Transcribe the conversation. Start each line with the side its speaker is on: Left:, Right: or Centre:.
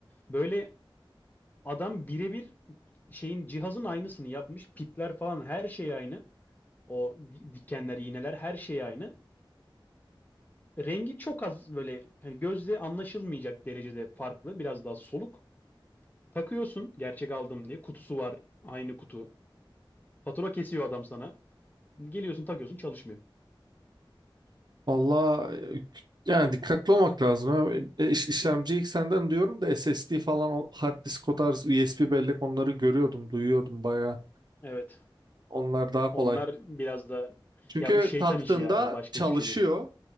Left: Böyle adam birebir şeyin cihazın aynısını yapmış. Pipler falan her şey aynı. O di- dikenler, iğneler her şey aynı. Rengi çok az böyle hani gözle anlaşılmayacak derecede farklı. Biraz daha soluk. Takıyorsun gerçek aldım diye. Kutusu var. Aynı kutu. Fatura kesiyor adam sana. Geliyorsun takıyorsun çalışmıyor.
Right: Valla yani dikkatli olmak lazım. ha. E, iş- işlemci ilk senden diyorum da SSD falan o hard disk o tarz USB bellek onları görüyordum, duyuyordum baya.
Left: Evet.
Right: Onlar daha kolay.
Left: Onlar biraz da
Right: Çünkü
Left: ya bu şeytan
Right: taktığında
Left: işi ya. Bu başka
Right: çalışıyor.
Left: hiçbir şey değil.